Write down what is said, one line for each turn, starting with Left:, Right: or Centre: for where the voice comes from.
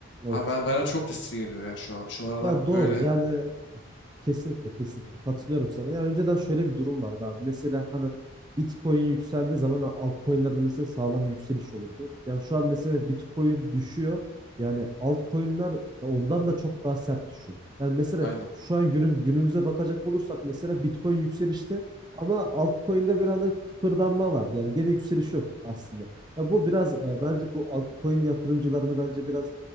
Right: Evet.
Left: Abi ben, bana çok riskli geliyor yani şu an. Şu aralar
Right: Ya doğru
Left: böyle.
Right: yani Kesinlikle kesinlikle katılıyorum sana. Yani önceden şöyle bir durum vardı abi. Mesela hani Bitcoin yükseldiği zaman altcoin'lerde mesela sağlam bir yükseliş olurdu. Yani şu an mesela Bitcoin düşüyor. Yani altcoin'ler ondan da çok daha sert düşüyor. Yani mesela
Left: Aynen.
Right: şu an günüm, günümüze bakacak olursak mesela Bitcoin yükselişte ama altcoin'de bir anda kıpırdanma var. Yani gene yükseliş yok aslında. Ya bu biraz e, bence bu altcoin yatırımcılarını bence biraz